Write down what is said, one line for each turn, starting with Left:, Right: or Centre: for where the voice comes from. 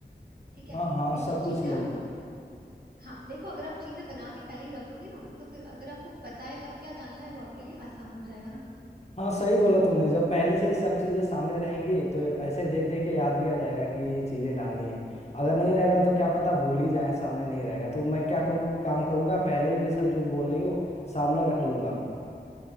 Right: ठीक है
Left: हाँ हाँ
Right: ये
Left: सब
Right: सब
Left: कुछ
Right: चीजें
Left: ले
Right: आप
Left: लो
Right: हाँ देखो अगर आप चीजें बना के पहले ही रख दोगे ना तो फिर अगर आपको पता है कब क्या डालना है वो आपके लिए आसान हो जाएगा ना
Left: हाँ सही बोला तूने जब पहले से ही सब चीजें सामने रहेंगी तो ऐसे देख देख के याद भी आ जाएगा कि ये चीजें डालनी है अगर नहीं रहेगा तो क्या पता भूल ही जाए सामने नहीं रहेगा तो मैं क्या कम काम करूंगा पहले ही ये सब जो बोल रही हो सामने रख लूंगा